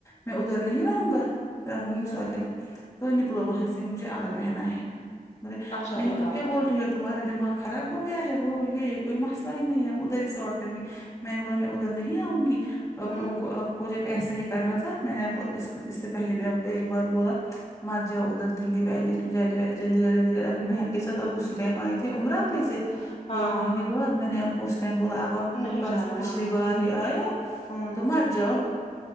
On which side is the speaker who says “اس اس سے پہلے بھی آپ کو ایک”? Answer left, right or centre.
Left